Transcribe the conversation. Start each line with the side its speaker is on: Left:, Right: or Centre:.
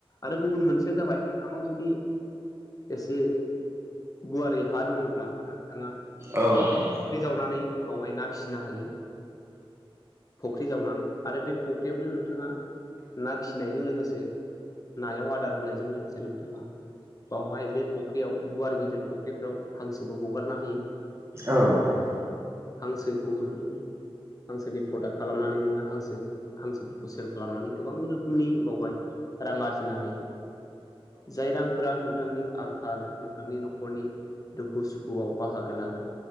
Left: आरो गुबुन मोनसेयानो जाबाय नोंथांनाव जुदि एसे गुवारै हा दङब्ला नोंथाङा
Right: औ नोंथां।
Left: फुख्रि जावनानै बावहाय ना फिसिनो हायो। फख्रि जावनानै आरो बे फख्रियावनो नोंथाङा ना फिनायजों लोगोसे नायाव अदार होनायजों लोगोसे नोंथाङा बावहाय बे फुख्रियाव गुवार गिदिर फख्रिफ्राव हांसोबो हगारनो हायो।
Right: औ नोंथां।
Left: हांसोखौ नोंङो हांसोनि प्रडाक्ट खालामनानै नोंङो हांसो हांसोफोरखौ सेल खालामनानै गोबां रोखोमनि बावहाय रां आरजिनो हायो। जाय रांफोरा नोंथांनि आंखाल नोंथांनि न'खरनि दुखु सुखुआव बाहागो लागोन